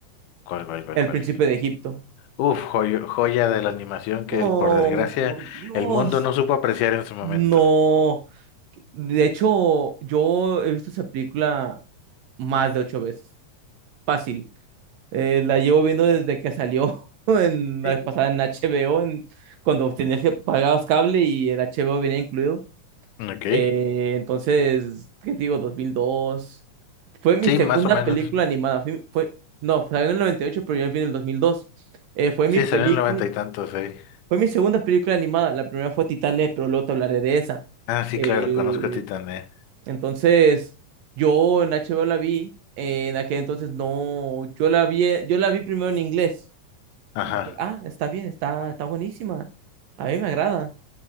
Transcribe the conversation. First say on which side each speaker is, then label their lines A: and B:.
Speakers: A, on the left; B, on the right.
A: ¿Cuál, cuál, cuál,
B: El
A: cuál?
B: Príncipe de Egipto.
A: Uf, joyo- joya de la animación
B: Oh,
A: que, el- por desgracia,
B: por Dios.
A: el mundo no supo apreciar en su momento.
B: No. De hecho, yo he visto esa película más de ocho veces. Fácil. Eh, la llevo viendo desde que salió <laughs> en
A: Sí.
B: la pasada en HBO, en- cuando tenías que pagabas cable y el HBO venía incluido.
A: Ok.
B: Eh, entonces, ¿qué te digo? 2002. Fue mi
A: Sí,
B: segunda
A: más o menos.
B: película animada. Fue, fue- no, salió en el 98, pero yo vi en el 2002. Eh, fue mi
A: Sí,
B: película,
A: salió en el noventa y tantos, ¿eh?
B: fue mi segunda película animada. La primera fue Titanes, pero luego te hablaré de esa.
A: Ah, sí,
B: Eh,
A: claro, conozco a Titané.
B: entonces, yo en HBO la vi. eh, en aquel entonces no, yo la vi, yo la vi primero en inglés.
A: Ajá.
B: Dije, ah, está bien, está, está buenísima. A mí me agrada.